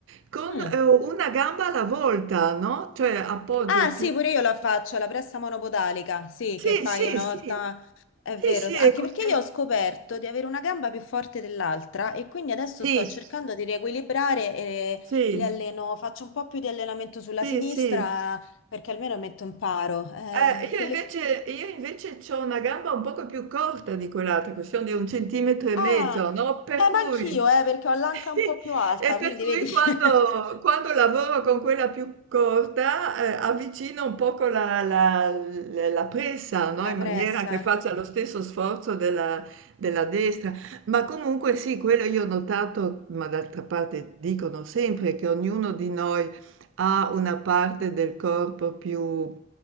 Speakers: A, on the right; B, on the left.
A: con
B: Mm.
A: eh, una gamba alla volta, no? Cioè appoggio
B: Ah,
A: il
B: sì,
A: piede.
B: pure io la faccio, la pressa monopodalica, sì,
A: Sì,
B: che fai
A: sì,
B: una
A: sì,
B: volta, è vero,
A: sì, sì,
B: sì. anche
A: e que-
B: perché
A: e-
B: io ho scoperto di avere una gamba più forte dell'altra e quindi adesso
A: Sì,
B: sto cercando di riequilibrare e
A: sì,
B: le alleno, faccio un po' più di allenamento sulla
A: sì,
B: sinistra
A: sì.
B: perché almeno metto in paro. Eh,
A: Eh, io
B: quelli...
A: invece, io invece ho una gamba un poco più corta di quell'altra, che sono di un centimetro e mezzo,
B: Ah,
A: no? Per
B: eh,
A: cui,
B: ma anch'io, eh, perché ho l'anca
A: <laughs>
B: un po' più alta,
A: e per
B: quindi
A: cui
B: vedi
A: quando,
B: <laughs>
A: quando lavoro con quella più corta, eh, avvicino un poco la, la- la- la presa, no?
B: la
A: In
B: pressa,
A: maniera che faccia lo stesso sforzo della, della destra. Ma comunque sì, quello io ho notato, ma d'altra parte dicono sempre che ognuno di noi ha una parte del corpo più,